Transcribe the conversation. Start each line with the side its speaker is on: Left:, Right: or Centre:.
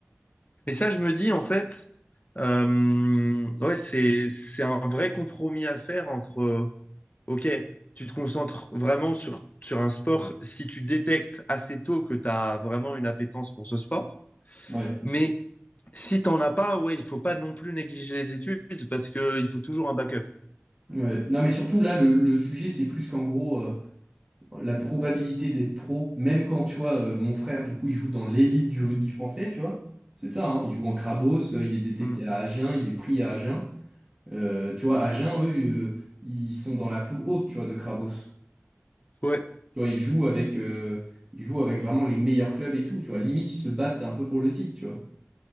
Left: Mais ça, je me dis, en fait, euh, ouais, c'est, c'est un vrai compromis à faire entre. Ok, tu te concentres vraiment sur, sur un sport si tu détectes assez tôt que tu as vraiment une appétence pour ce sport.
Right: Ouais.
Left: Mais si t'en as pas, ouais, il faut pas non plus négliger les études parce que il faut toujours un backup.
Right: Ouais. Non, mais surtout là, le, le sujet, c'est plus qu'en gros. euh, la probabilité d'être pro, même quand tu vois, euh, mon frère, du coup, il joue dans l'élite du rugby français, tu vois. C'est ça, hein, il joue en Crabos, euh, il est détecté
Left: Mm.
Right: à Agen, il est pris à Agen. Euh, tu vois, Agen, eux, euh, ils sont dans la poule haute, tu vois, de Crabos.
Left: Ouais.
Right: Tu vois, ils jouent avec, euh, ils jouent avec vraiment les meilleurs clubs et tout, tu vois. Limite, ils se battent un peu pour le titre, tu vois